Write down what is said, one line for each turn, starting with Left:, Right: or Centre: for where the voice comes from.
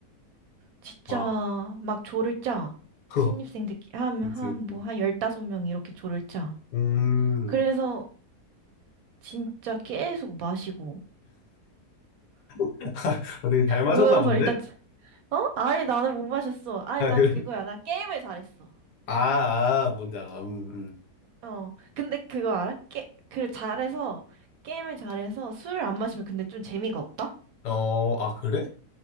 Right: 진짜
Left: 와,
Right: 막 조를 짜.
Left: <laughs>
Right: 신입생들끼리 한,
Left: 그치,
Right: 한,
Left: 그치.
Right: 뭐, 한 15명 이렇게 조를 짜.
Left: 음,
Right: 그래서 진짜 계속 마시고.
Left: <laughs> 어, 되게 잘 마셨나
Right: 모여서
Left: 본데?
Right: 일단, 어? 아니, 나는 못 마셨어. 아니,
Left: 아,
Right: 난
Left: 그래?
Right: 그거야. 난 게임을 잘했어.
Left: 아, 아, 뭔지 알아. 음,
Right: 어. 근데 그거 알아? 게, 그 잘해서, 게임을 잘해서 술을 안 마시면 근데 좀 재미가 없다?
Left: 음. 어, 아, 그래?